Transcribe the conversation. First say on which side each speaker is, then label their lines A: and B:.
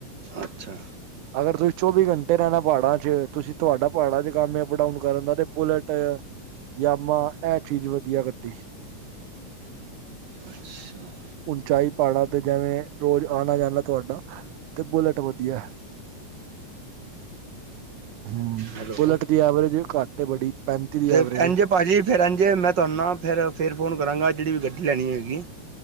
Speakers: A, on the right (about 45°); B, on the right (about 85°).
A: ਅੱਛਾ।
B: ਅਗਰਸੀ ਚੌਵੀ ਘੰੇ- ਤੇ ਰਹਿਣਾ ਪਹਾੜਾਂ ਚ ਤੁਸੀਂ ਤੁਹਾਡਾ ਪਹਾੜਾਂ ਚ ਕੰਮ ਅਪ- ਡਾਊਨ ਕਰਨ ਦਾ ਤੇ ਬੁਲਟ ਯਾਮਾ੍ ਇਹ ਚੀਜ਼ ਵਧੀਆ ਕ
A: ਅੱਛਾ
B: ਉਂਚਾਈ। ਪਹਾੜਾਂ ਤੇ ਜੈਵੇਂ ਰੋਜ਼ ਆਣਾ-ਜਾਂਣਾ ਤੁਹਾਡਾ ਤੇ ਬੁਲੇਟ ਵਧੀਆ ਹੂੰ
A: ਹੈਲੋ
B: ਬੁਲਟ ਦੀ ਐਵਰੇਜ ਵੀ ਘੱਟ ਏ੍ ਬੜੀ ਪੈਂਤੀ ਦੀ
A: ਤੇ
B: ਐਵਰੇਜ
A: ਐਂਝ
B: ਹੈ
A: ਏ ਪਾਜੀ ਫੇਿਰ ਐਜ ਏ ਮੈਂ ਤੁਹਾਨੂੰ ਨਾ ਫਿਰ ਫੇਰ ਫੋਨ ਕਰਾਂਗਾ ਜਿਹੜੀ ਵੀ ਗੱਡੀ ਲੈਣੀ ਹੋਏਗੀ